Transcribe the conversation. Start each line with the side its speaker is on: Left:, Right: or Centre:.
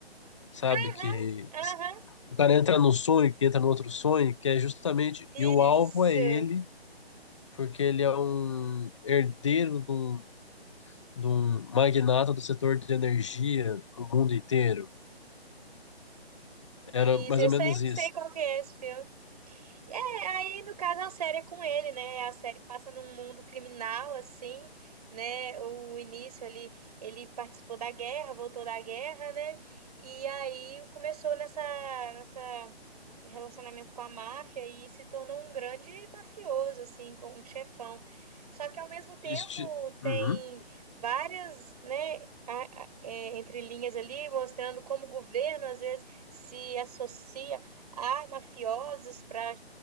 Left: sabe?
Right: Aham,
Left: Que
Right: aham,
Left: O cara entra num sonho, que entra no outro sonho, que é justamente.
Right: isso.
Left: E o alvo é ele, porque ele é um herdeiro de um, de um magnata do setor de energia no mundo inteiro. Era
Right: Isso,
Left: mais
Right: eu
Left: ou
Right: sei,
Left: menos
Right: sei
Left: isso.
Right: qual que é esse filme. É, aí no caso a série é com ele, né? A série passa num mundo criminal, assim, né? O início ali, ele participou da guerra, voltou da guerra, né? E aí começou nessa, nessa relacionamento com a máfia e se tornou um grande mafioso, assim, com um chefão. Só que ao mesmo tempo
Left: Este...
Right: tem
Left: Uhum.
Right: várias, né, a- a- é, entrelinhas ali mostrando como o governo às vezes se associa a mafiosos para